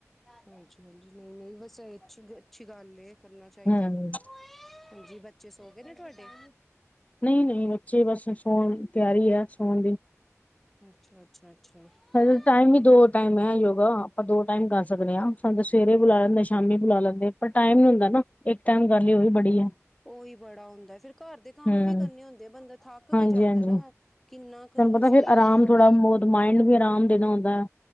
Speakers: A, in the centre; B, on the left.
A: ਹਾਂਜੀ ਹਾਂਜੀ ਨਹੀਂ ਨਹੀਂ ਵੈਸੇ ਏ ਅੱਛੀ ਗੱਲ ਏ ਕਰਨਾ ਚਾਈਦਾ।
B: ਹੂੰ
A: ਹਾਂਜੀ, ਬੱਚੇ ਸੌ ਗਏ ਨੇ ਤੁਹਾਡੇ?
B: ਨਈ ਨਈ ਬੱਚੇ ਬਸ ਸੌਣ ਤਿਆਰੀ ਆ ਸੌਣ ਦੀ।
A: ਅੱਛਾ ਅੱਛਾ ਅੱਛਾ
B: ਹਜੇ ਟਾਈਮ
A: ਉਹੀ
B: ਵੀ ਦੋ ਟਾਈਮ ਐ ਯੋਗਾ ਆਪਾਂ ਦੋ ਟਾਈਮ ਕਰ ਸਕਦੇ ਆ ਸਾਨੂੰ ਤੇ ਸਵੇਰੇ ਬੁਲਾ ਲੈਂਦੇ, ਸ਼ਾਮੀ ਬੁਲਾ ਲੈਂਦੇ, ਪਰ ਟਾਈਮ ਨੀ ਹੁੰਦਾ ਨਾ ਇੱਕ ਟਾਈਮ ਕਰ ਲਈਏ ਉਹੀ ਬੜੀ ਆ।
A: ਉਹੀ ਬੜਾ ਹੁੰਦਾ ਫੇਰ ਘਰ ਦੇ ਕੰਮ
B: ਹੂੰ
A: ਵੀ ਕਰਨੇ ਹੁੰਦੇ ਆ ਬੰਦਾ ਥੱਕ
B: ਹਾਂਜੀ
A: ਵੀ ਜਾਂਦਾ
B: ਹਾਂਜੀ
A: ਨਾ ਕਿੰਨਾ ਕੁ
B: ਤੁਹਾਨੂੰ ਪਤਾ
A: ਸਰੀਰ
B: ਫੇਰ ਆਰਾਮ
A: ਤੋਂ ਘੱਟ
B: ਥੋੜਾ ਬੋਤ ਮਾਇੰਡ ਵੀ ਆਰਾਮ ਦੇਣਾ ਹੁੰਦਾ ਆ